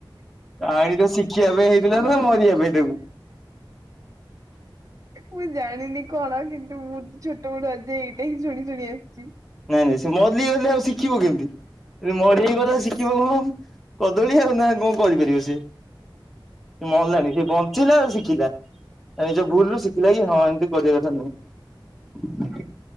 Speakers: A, in the centre; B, on the right.
A: କାହାଣୀ ତ ଶିଖିବା ପାଇଁ ହେଇଥିଲା ନା ମାରିବା ପାଇଁ ତାକୁ?
B: ମୁଁ ଜାଣିନି କଣ କିନ୍ତୁ ମୁଁ ଛୋଟ ବଳୁ ଆଜି ଏଇଟା ହିଁ ଶୁଣି ଶୁଣି ଆସିଛି।
A: ନାଇଁ ନାଇଁ ସେ ମଲି ଗଲେ ଆଉ ଶିଖିବ କେମତି? ଇ ମରିଗଲା ଶିଖିବ କଣ? କଦଳୀ ଆଉ ନା କଣ କରିପାରିବେ ସିଏ ମଲାଣି ସିଏ ବଞ୍ଚିଲେ ଆଉ ସି ଶିଖିଲା ତା ନିଜ ଭୁଲରୁୁ ଶିଖିଲା କି ହଁ ଏମତି କରିଆ କଥା ନୁହେଁ।